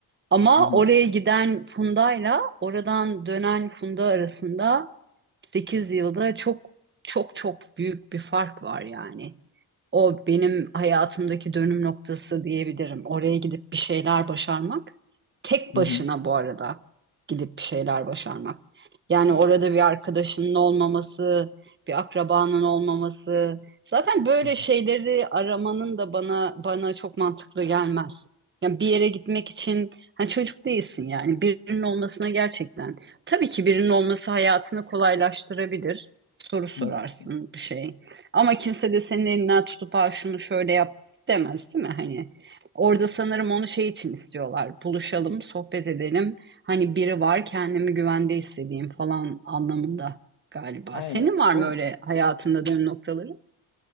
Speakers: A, on the right; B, on the left.
A: Ama
B: Hı hı.
A: oraya giden Funda'yla oradan dönen Funda arasında 8 yılda çok çok çok büyük bir fark var yani. O benim hayatımdaki dönüm noktası diyebilirim. Oraya gidip bir şeyler başarmak. Tek
B: Hı
A: başına
B: hı.
A: bu arada gidip bir şeyler başarmak. Yani
B: Of.
A: orada bir arkadaşının olmaması, bir akrabanın olmaması. Zaten böyle
B: Hı hı.
A: şeyleri aramanın da bana bana çok mantıklı gelmez. Yani bir yere gitmek için hani çocuk değilsin yani birinin olmasına gerçekten Tabii ki birinin olması hayatını kolaylaştırabilir. Soru sorarsın
B: İlla ki.
A: bir şey. Ama kimse de senin elinden tutup ha şunu şöyle yap demez değil mi? Hani orada sanırım onu şey için istiyorlar. Buluşalım, sohbet edelim. Hani biri var kendimi güvende hissedeyim falan anlamında galiba.
B: Aynen.
A: Senin var
B: O
A: mı öyle hayatında dönüm noktaları?